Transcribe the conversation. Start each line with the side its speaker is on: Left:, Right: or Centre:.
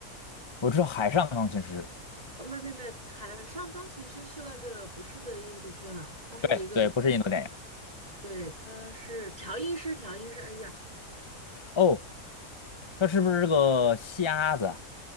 Left: 我知道海上钢琴师，
Right: 呃，没没没，海上钢琴师是那个不是的印度片了，他是一个，
Left: 对对，不是印度电影
Right: 对，他是调音师，调音师。哎呀，
Left: 哦，他是不是这个瞎子啊？